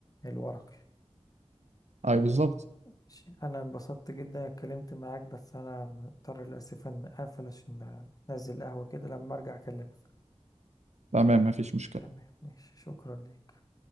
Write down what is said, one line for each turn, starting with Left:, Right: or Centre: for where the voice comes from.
Left: الورقي
Right: ايوه بالظبط
Left: ماشي. انا انبسطت جدا اتكلمت معاك بس انا مضطر للاسف ان اقفل عشان انزل قهوة كده لما ارجع اكلمك
Right: تمام مفيش مشكلة
Left: تمام ماشي شكرا ليك